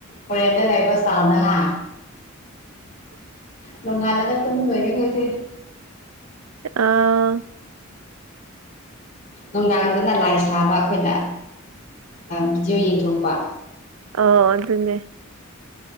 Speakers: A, on the left; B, on the right.
A: ꯐꯣꯔꯦꯟꯗ ꯂꯩꯕ ꯆꯥꯎꯅ ꯍꯥ ꯅꯣꯡꯉꯥꯜꯂꯛ ꯇꯨꯗꯣꯏꯅꯦ ꯑꯩꯈꯣꯏꯗꯤ
B: ꯑꯥ
A: ꯅꯨꯡꯗꯥꯡꯗꯅ ꯂꯥꯏ ꯁꯥꯕ ꯑꯩꯈꯣꯏꯅ ꯚꯤꯗꯤꯑꯣ ꯌꯦꯡꯊꯣꯛꯄ
B: ꯑꯥ ꯑꯗꯨꯅꯦ